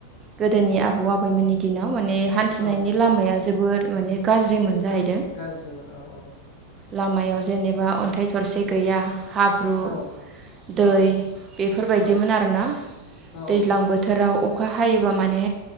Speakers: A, on the right; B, on the left.
A: गोदोनि आबौ आबैमोननि दिनाव मान ने हान्थिनायनि
B: औ
A: लामाया जोबोद माने गाज्रि मोनजाहै
B: गाज्रि मोनान औ औ
A: लामायाव जेनेबा अन्थाइ थरसे गैया हाब्रु
B: औ
A: दै
B: औ
A: बेफोरबायदिमोन
B: औ
A: आरोना
B: औ
A: दैज्लां बोथोराव अखा हायोबा माने